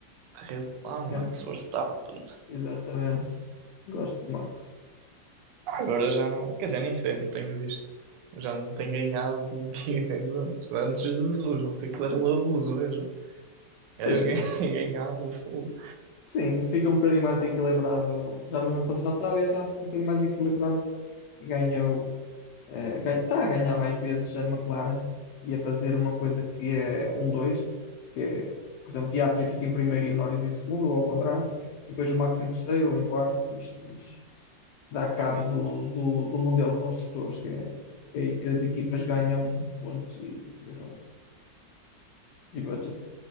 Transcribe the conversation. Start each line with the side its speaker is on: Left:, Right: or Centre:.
Right: Red Bull, ah, Max
Left: né?
Right: Verstappen.
Left: exatamente. Gosto do Max.
Right: Ah, agora já não. Quer dizer, nem sei, não tenho visto. Já não tenho ganhado como <laughs> tinha ganho antes. Antes de Jesus, não sei que era um abuso mesmo. Gajo
Left: Sim,
Right: <laughs> ganhava fogo.
Left: Sim, fica um bocadinho mais equilibrado. Já no ano passado estava, e já ficou um bocadinho mais equilibrado. E ganhou, eh, gan- está a ganhar mais vezes a McLaren e a fazer uma coisa que é um dois que é, por exemplo, Piastri fica em primeiro e o Norris em segundo, ou ao contrário, e depois o Max em terceiro ou em quarto. e Isto depois dá cabo
Right: Pá,
Left: do, do, do Mundial de Construtores, que é, que é aí que as equipas ganham pontos e por aí fora. E budget.